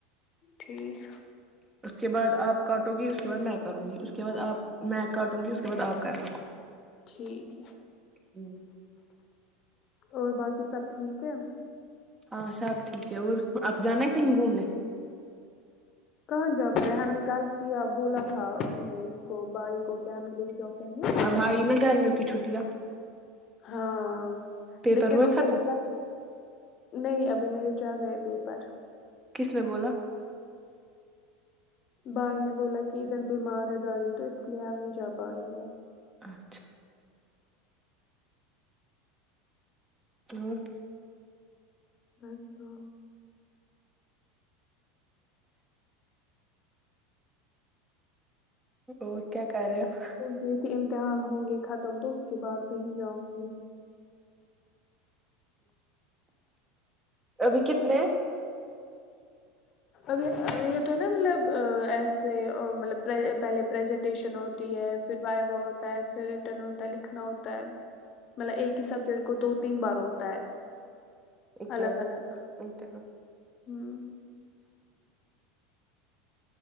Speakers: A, on the left; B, on the right.
A: ٹھیک
B: اس کے بعد آپ کاٹو گی اس کے بعد میں کروں گی اس کے بعد آپ میں کاٹوں گی اس کے بعد آپ کرنا
A: ٹھیک ہے
B: ہمم
A: اور باقی سب ٹھیک ہے
B: ہاں سب ٹھیک ہے اور آپ جانا ہے کہیں گھومنے
A: کہاں جا ہم نے کل جی آپ بولا تھا اس کو بائی کو کیا ہمیں لے جاؤ کہی
B: اب آئی نا گرمیوں کی چھٹیاں
A: ہاں
B: پیپر
A: لیکن
B: ہوئے
A: اسے
B: ختم
A: بولا کہ نہیں ابھی میرے چل رہے پیپار
B: کس میں بولا
A: بھائی نے بولا کہ ادھر بیمار ہے دادی تو اس لیے ہم نہیں جا پائیں گے
B: اچھا ہوں
A: بس تو
B: اور کیا کر رہے ہو
A: یہ کہ امتحان ہوں گے ختم تو اس کے بعد کہیں جاؤں گی
B: ابھی کتنے ہیں
A: اب یہ تو نا مطلب ایسے مطلب پہلے پریزنٹیشن ہوتی ہے پھر وائی وا ہوتا ہے پھر ریٹرن ہوتا ہے لکھنا ہوتا ہے مطلب ایک ہی سبجیکٹ کو دو تین بار ہوتا ہے
B: ایکزام
A: الگ الگ
B: انٹرنل اں
A: ہوں